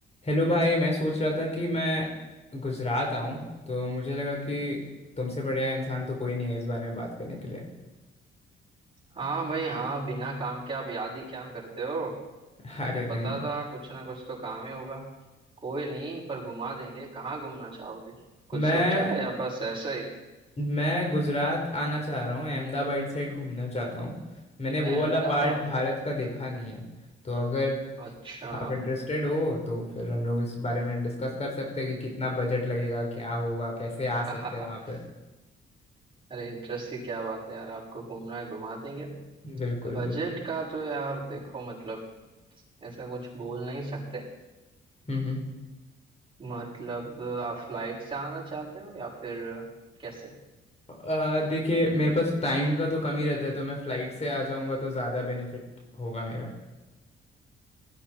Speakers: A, on the left; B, on the right.
A: Hello भाई मैं सोच रहा था कि मैं गुजरात आऊं तो मुझे लगा कि तुमसे बढ़िया इंसान तो कोई नहीं है इस बारे में बात करने के लिए
B: हाँ भाई हाँ बिना काम के आप याद ही क्या करते हो
A: <laughs>
B: मुझे
A: अरे
B: पता
A: नहीं
B: था कुछ ना कुछ तो काम ही होगा कोई नहीं पर घुमा देंगे कहाँ घूमना चाहोगे कुछ
A: मैं
B: सोचा है या बस ऐसे ही
A: मैं गुजरात आना चाह रहा हूँ अहमदाबाद साइड घूमना चाहता हूँ मैंने वो
B: अहमदाबाद
A: वाला पार्ट भारत का देखा नहीं है तो अगर
B: अच्छा
A: आप इंटरेस्टेड हो तो फिर हम लोग इस बारे में डिस्कस कर सकते हैं कि कितना बजट लगेगा क्या होगा कैसे आ
B: <laughs>
A: सकते हैं वहाँ पे
B: अरे इंटरेस्ट की क्या बात है यार आपको घूमना है घुमा देंगे
A: बिल्कुल
B: बजट
A: बिल्कुल
B: का तो यार देखो मतलब ऐसा कुछ बोल नहीं सकते
A: हम्म हम्म
B: मतलब आप फ्लाइट से आना चाहते हो या फिर कैसे
A: अ, देखिए मेरे पास टाइम का तो कम ही रहता है तो मैं फ्लाइट से आ जाऊंगा तो ज़्यादा बेनिफिट होगा मेरा